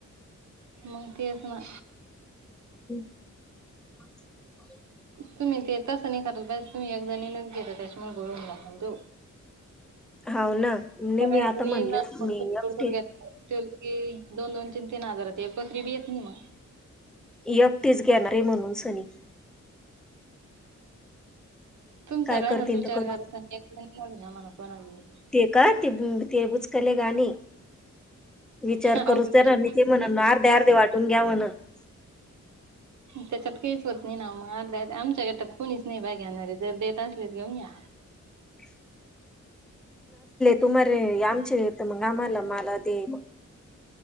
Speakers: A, on the right (about 70°); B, in the centre.
A: मग तएसना
B: ह
A: तुम्ही तेेतच नाही कराल बस तुम्ही एक जणीलाच गेता त्याच्यामुळे गोळून जात देऊ
B: हाव ना नाही
A: सगळ्यातडडोड
B: मी आता म्हणले मी एकटी
A: घेत दोन दोन तीन तीन हजारात एक पसरी बी येत नाही मग
B: यक् तेच घेणारे म्हणून सनी
A: तुम्
B: काय
A: सगळ्यांनाच
B: करतील
A: विचार
B: तर करू
A: करात आणिवी म्हण पणवी्
B: ते का ते ते बुचकले गणी विचार
A: अवघडच
B: करूच त्या
A: आहे.
B: ना मी ते म्हण अर्धे अर्धे वाटून घ्या म्हण <inaudible>
A: त्याच्यात काहीच होत नाही ना मग अर्ध्या आमच्या गटात कोणीच नाही बा घेणारे जर देत असलेत घेऊन घ्या
B: <inaudible> तुमरे आमचे येत मग आम्हाला मला ते